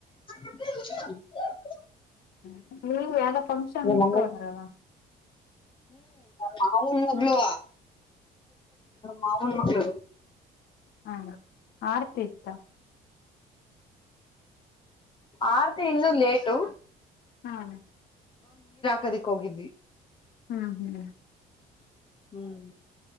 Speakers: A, on the left; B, on the left.
A: <inaudible>
B: <inaudible>
A: ಹ
B: ಇತ್ತು
A: ಹ್ಮ.
B: ಅಂದ್ರಲ್ಲ
A: ಮಾವನ್ ಮಗಳು ಮಾವನ ಮಗಳು.
B: ಹ ಆರ್ತಿ ಇತ್ತ.
A: ಆರ್ತಿ ಇನ್ನೂ ಲೇಟು.
B: ಹ್ಮ.
A: ಕದಕ್ ಹೋಗಿದ್ವಿ.
B: ಹ್ಮ್ ಹ್ಮ್.
A: ಹ್ಮ್